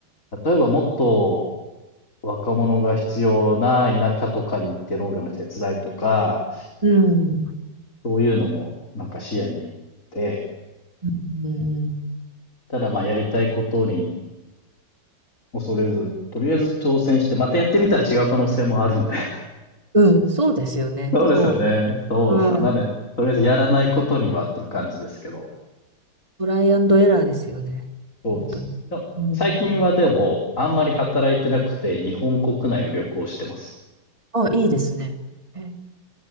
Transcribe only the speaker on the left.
例えばもっと若者が必要な田舎とかに行って農業の手伝いとか、
そういうのもなんか視野に入れてて、
ただまあやりたいことに恐れず、とりあえず挑戦して、またやってみたら違う可能性もあるんで。<laughs>
そうですよね。
そうです。
なんで、とりあえずやらないことにはっていう感じですけど、
そうです。
でも最近はでも、
あんまり働いてなくて、日本国内を旅行してます。